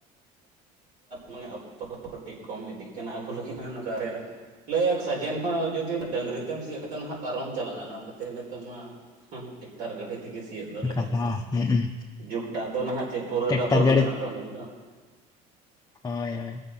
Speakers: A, on the right; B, on the left.
A: ᱢᱟᱱᱮ ᱚᱠᱛᱚ ᱠᱟᱹᱴᱤᱡ ᱠᱚᱢ ᱤᱫᱤᱜ ᱠᱟᱱᱟ ᱟᱵᱚ ᱞᱟᱹᱜᱤᱫ ᱱᱚᱝᱠᱟ ᱞᱟᱹᱭᱟ ᱥᱟᱡᱮᱱ ᱦᱚᱸ ᱡᱩᱫᱤ ᱰᱟᱹᱝᱨᱤ ᱛᱮᱢ ᱥᱤᱭᱳᱜ ᱠᱷᱟᱡᱫᱚ ᱱᱟᱦᱟᱜ ᱯᱟᱨᱚᱢ ᱪᱟᱞᱟᱜᱼᱟ ᱚᱱᱟ ᱠᱷᱟᱹᱛᱤᱨ ᱱᱤᱛᱚᱜ ᱢᱟ ᱦᱩᱸ ᱦᱩᱸ ᱴᱷᱤᱠ᱾ ᱱᱮᱛᱟᱨ ᱜᱟᱹᱰᱤ ᱛᱮᱜᱮ ᱥᱤᱭᱳᱜ ᱫᱚ
B: ᱮᱱᱠᱷᱟᱱ
A: ᱞᱟᱜᱟᱜ-ᱟ,
B: ᱦᱚᱸ
A: ᱡᱩᱜᱽᱴᱟᱜ ᱫᱚ ᱱᱟᱦᱟᱜ ᱪᱮᱫ ᱯᱩᱨᱟᱹᱴᱟ
B: ᱴᱮᱠᱴᱟᱨ
A: ᱫᱚᱞ
B: ᱜᱟᱹᱰᱤ
A: ᱟᱠᱟᱱᱟ ᱛᱚ ᱱᱤᱛ ᱫᱚ᱾
B: ᱦᱳᱭ ᱦᱳᱭ,